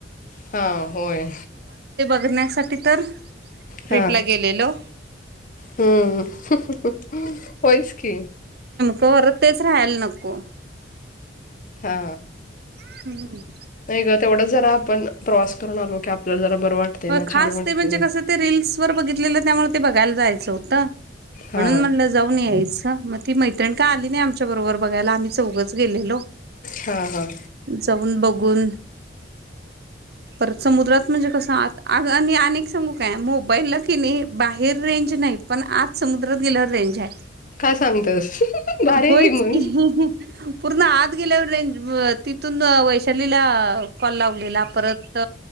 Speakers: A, on the left; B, on the right.
A: हा होय
B: धरण्यासाठी तर ट्रिपला
A: हा
B: गेलेलो
A: ह होयस की
B: परत तेच राहायला नको
A: हा
B: हुं
A: आई गं तेवढ जरा आपण प्रवास करून आलो की आपल्याला जरा बरं वाटते
B: होय
A: ना
B: खास
A: छान वाटते
B: ते म्हणजे कसं ते रील्सवर बघितलेलं त्यामुळे ते बघायला जाय चौथा
A: हा
B: म्हणून म्हटल जाऊन यायच म ती मैत्रीण का आली नाही आमची बरोबर बघायला आम्ही चौघच गेलेलो
A: हा हा.
B: जाऊन बघून परत समुद्रात म्हणजे कसं आत आगं आणि अनेक सांगू काय मोबाईला कीणी बाहेर रेंज नाही पण आत समुद्रात गेल्यावर रेंज हाय
A: काय सांगतेस भारी आहे
B: होयच
A: मग
B: की पूर्ण आत गेल्यावर रेंज तिथून वैशालीला कॉल लावलेला परत